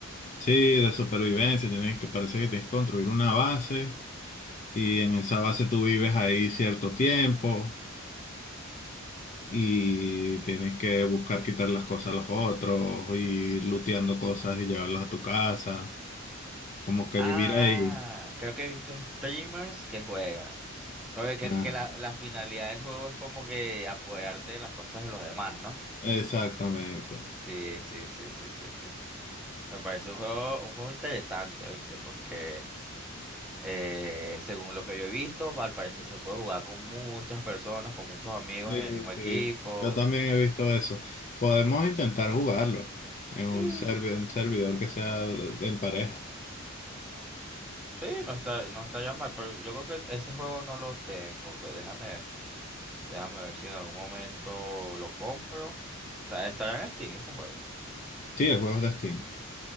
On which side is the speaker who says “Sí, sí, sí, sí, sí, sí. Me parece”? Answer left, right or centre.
Centre